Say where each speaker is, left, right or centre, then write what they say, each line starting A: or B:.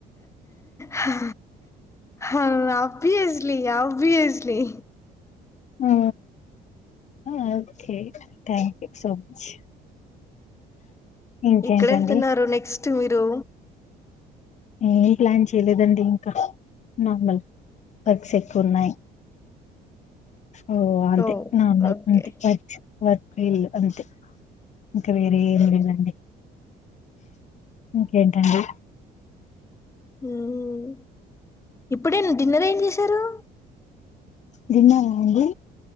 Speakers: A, on the left; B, on the left.
A: హ హ్యాపీసిలి హ్యాపీసీలి. ప్లి.
B: ఊ okay thank you so much. ఇంకేంటండి
A: ఇక్కడ వెళ్తున్నారు నెక్స్ట్ మీరు.
B: ఏం ప్లాన్ చేయలేదండి ఇంకా, నార్మల్ వర్క్స్ ఎక్కువ ఉన్నాయి. ఓ అంతే,
A: ఓ
B: నామల్
A: ఓకే
B: అంతే, వర్క్స్ వర్క్ ఇల్లు అంతే. ఇంకా వేరే ఏమి లేదండి, ఇంకేంటండి.
A: మ్మ్ ఇప్పుడే న డిన్నర్ ఏం చేశారు.
B: డిన్నరా అండి